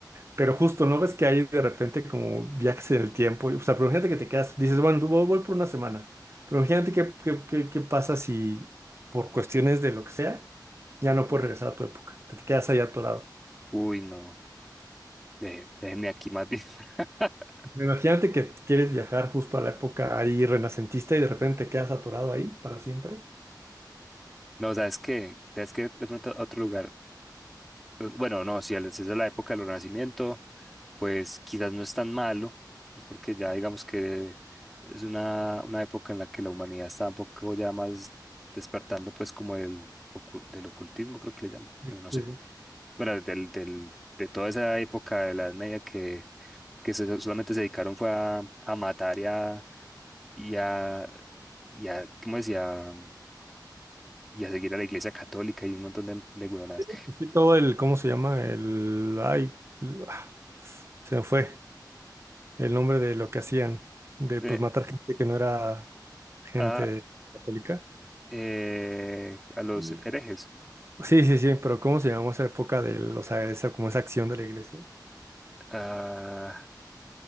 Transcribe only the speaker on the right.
Pero justo, ¿no ves que hay de repente como viajes en el tiempo? O sea, pero imagínate que te quedas, dices, bueno, tú voy, voy por una semana, pero imagínate qué, qué, qué, qué pasa si por cuestiones de lo que sea, ya no puedes regresar a tu época, te quedas ahí atorado.
Imagínate que quieres viajar justo a la época ahí renacentista y de repente te quedas atorado ahí para siempre.
Sí,
sí, sí.
Pues sí, todo el, ¿cómo se llama? El, ay, el- ah, se me fue el nombre de lo que hacían, de
pues matar gente que no era gente
católica.
Mm.
Sí, sí, sí, pero ¿cómo se llamó esa época de, los- o sea, esa, como esa acción de la iglesia?